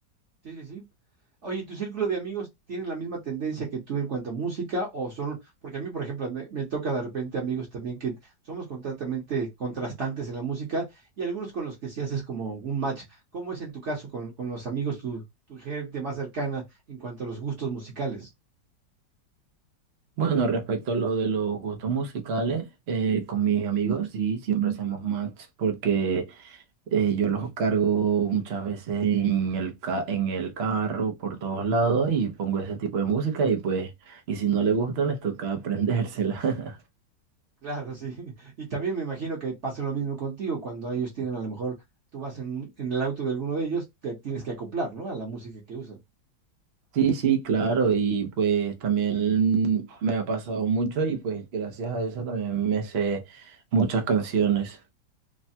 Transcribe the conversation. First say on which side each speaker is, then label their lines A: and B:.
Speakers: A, on the right; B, on the right.
A: Sí, sí, sí. Oye, ¿y ¿tu círculo de amigos tienen la misma tendencia que tú en cuanto a música o son, porque a mí, por ejemplo, me, me toca de repente amigos también que somos completamente contrastantes en la música y algunos con los que sí haces como un match. ¿Cómo es en tu caso con, con los amigos, tu, tu gente más cercana en cuanto a los gustos musicales?
B: Bueno, respecto a lo de los gustos musicales, eh, con mis amigos sí, siempre hacemos match porque eh, yo los cargo muchas veces en el ca- en el carro por todos lados y pongo ese tipo de música y pues, y si no les gusta les toca aprendérsela. <laughs>
A: Claro, sí. <laughs> Y también me imagino que pasa lo mismo contigo cuando ellos tienen a lo mejor, tú vas en, en el auto de alguno de ellos, te tienes que acoplar, ¿no? A la música que usan.
B: Sí, sí, claro, y pues también me ha pasado mucho y pues gracias a eso también me sé muchas canciones.